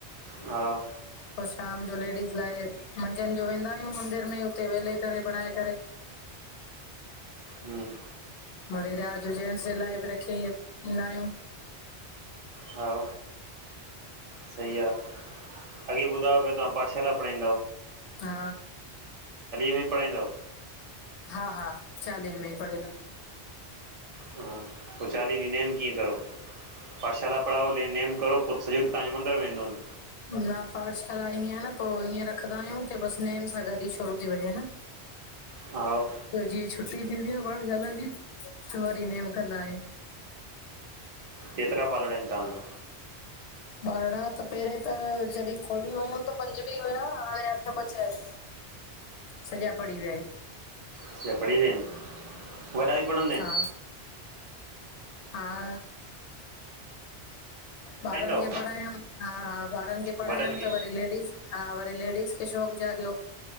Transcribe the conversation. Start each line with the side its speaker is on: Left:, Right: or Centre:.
Right: हाओ।
Left: पो शाम जो लेडीज लाइ मंझंन जो वेंदा आहियूं मंदिर में हुते वेले करे बणाए करे।
Right: हम।
Left: वरी रियात जो जेनट्स जे लाइ बि रखी ईंदा आहियूं।
Right: हा। सही आह, अॻे ॿुधायो पियो तव्हां पाठशाला पणाईंद।
Left: हा।
Right: में पढ़ाईंदा आयो
Left: हा, हा चालीहे में पणियल आ।
Right: हा। पोइ चालीहीं नेम कीअं करो, पाठशाला पढ़ाओ ले नेम करो पोइ सॼो ॾींहु तहां यो मंदिर में वेंदो हुन्दो।
Left: न पाठशाला इयं न पोइ ईअं रखंदा आहियूं की बस नेम सां गॾु ई शुरू थी वञे न। <inaudible>
Right: हा हूं
Left: त जीअं छुटी थींदी आह पाठशाला जी, त वरी नेम कंदा आहियूं।
Right: केतिरा बालणा आहिनि तव्हां जा?
Left: बालणा त पहिरीं त जॾहिं खोली हुयमि त पंज <unintelligible> हाणे अठ बचा आहिन, सॼा पढ़ी विया
Right: अच्छा पणी वयां आहिन। वॾा भी पणन्दा आहिन।
Left: हा, हा ॿारन
Right: आयो
Left: खे पढ़ायम हा हा ॿारन खे पढ़ायम
Right: वॾनि खे
Left: त वरी लेडीस हा वरी लेडीस खे शोक़ जाॻियो